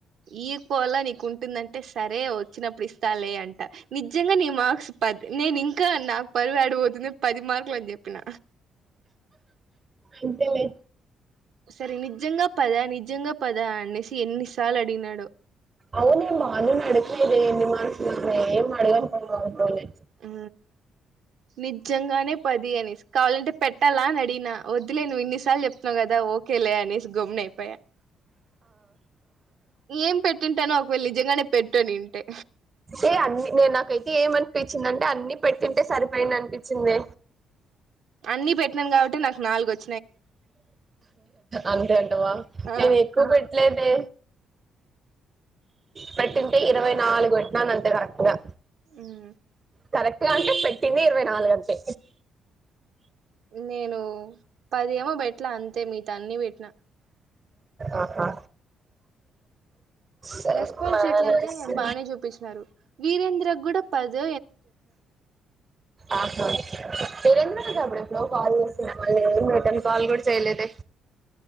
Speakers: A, on the right; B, on the right.
A: ఈ పోల నీకు ఉంటుందంటే సరే వచ్చినప్పుడు ఇస్తాలే అంట నిజంగా నీ మార్క్స్ పది నేను ఇంకా నాకు పరువు ఆడపోతుంది పది మార్కులు అని చెప్పిన
B: అంతేలే
A: సరే నిజంగా పదా నిజంగా పదా అనేసి ఎన్నిసార్లు అడిగినాడో
B: అవునే బాను నడతాయిది నిమాసు మ ఏం మడగా అంటవని
A: ఆ నిద నిజంగానే పది అనేసి కావాలంటే పెట్టాలా అని అడిగిన వద్దులే నువ్వు ఇన్నిసార్లు చెప్తున్నావు కదా ఓకేలే అనే గమ్న అయిపోయా ఏం పెట్టింటానో నిజంగానే పెట్టనింటే
B: అ అన్ని నేను నాకైతే ఏం అనిపించింది అంటే అన్ని పెట్టింటే సరిపోయింది అనిపించింది
A: అన్ని పెట్టినం కాబట్టి నాకు నాలుగువచ్
B: అంతే అంటవా
A: ఆ
B: నేను ఎక్కువ పెట్టలేదే పెట్టుంటే ఇరవై నాలుగు పెట్టిన అంతే కరెక్టుగా
A: ఉం
B: కరెక్ట్ గా అంటే పెట్టింది ఇరవై నాలుగు అంతే
A: నేను పది ఏమో పెట్లే అంతే మిగతా అన్ని పెట్టినా
B: ఆహా సరే,
A: రెస్పాన్స్
B: మనసు
A: షీట్ లో అయితే బాగానే చూపిస్తున్నారు వీరేంద్ర కూడా పది
B: ఆహ వీరేంద్ర అప్పుడెప్పుడులో కాల్ చేసిన మళ్లీ ఏ రిటర్న్ కాల్ కూడా చేయలేదే